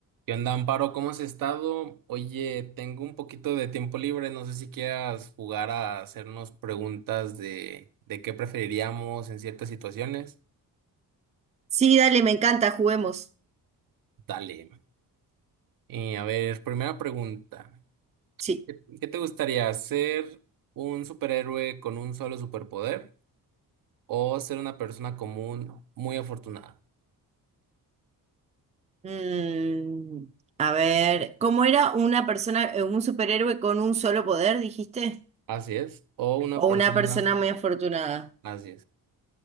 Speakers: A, on the right (about 65°); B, on the right (about 20°).
A: ¿Qué onda, Amparo? ¿Cómo has estado? Oye, tengo un poquito de tiempo libre, no sé si quieras jugar a hacernos preguntas de, de qué preferiríamos en ciertas situaciones.
B: Sí, dale, me encanta, juguemos.
A: Dale. Y a ver, primera pregunta.
B: Sí.
A: ¿Qué, qué te gustaría, ser un superhéroe con un solo superpoder o ser una persona común muy afortunada?
B: Mm, a ver, ¿cómo era una persona, eh, un superhéroe con un solo poder, dijiste?
A: Así es. O una
B: ¿O
A: persona...
B: una persona muy afortunada?
A: Así es.